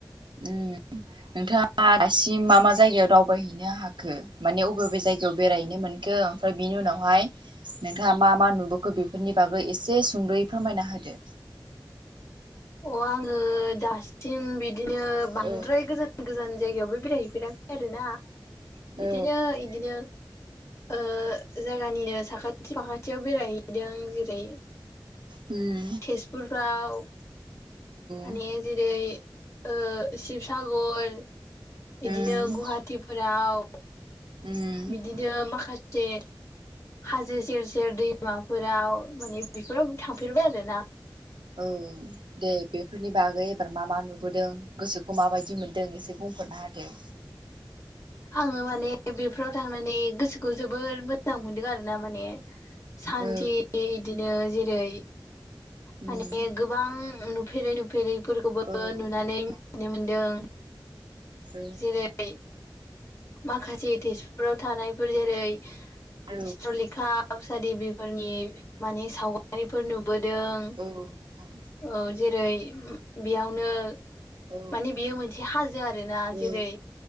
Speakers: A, on the right; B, on the left.
A: उम नोंथाङा दासिम मा मा जाइगायाव दावबायहैनो हाखो माने अबे अबे जायगायाव बेरायहैनो मोनखो ओमफ्राय बिनि उनावहाय नोंथाङा मा मा नुबोखो बेफोरनि बागै एसे सुंद'यै फोरमायना होदो
B: अ आङो दासिम बिदिनो बांद्राय
A: औ
B: गोजोन गोजान जायगायावबो बेरायहैफेराखै आरोना बिदिनो
A: औ
B: इदिनो ओ जायगानिनो साखाथि फाखाथियाव बेरायहैदों जेरै
A: उम
B: तेजपुरफ्राव माने
A: औ
B: जेरै ओ शिबसागर
A: उम
B: इदिनो गुहाटिफोराव
A: उम
B: बिदिनो माखासे हाजो सेर सेर दैमाफोराव माने बेफोराव थांफेरबाय आरो ना
A: ओ दे बेफोरनि बागै एबार मा मा नुबोदों गोसोखौ माबायदि मोनदों एसे बुं बुंफोरना होदो
B: आङो माने बेफोराव थांनानै गोसोखौ जोबोर मोजां मोनदों आरोना माने। सान्थि
A: औ
B: इदिनो जेरै माने
A: उम
B: गोबां नुफेरै नुफेरैफोरखौबो
A: औ
B: नुनानै
A: नोंथां
B: मिथिनो मोनदों।
A: औ
B: जेरै माखासे तेजपुराव थानायफोर जेरै
A: औ
B: चित्रलेखा उसादेबिफोरनि माने सावगारिफोर नुबोदों।
A: औ नोंथां
B: औ जेरै उम बेयावनो
A: औ
B: माने बियो मोनसे हाजो आरोना।
A: औ
B: जेरै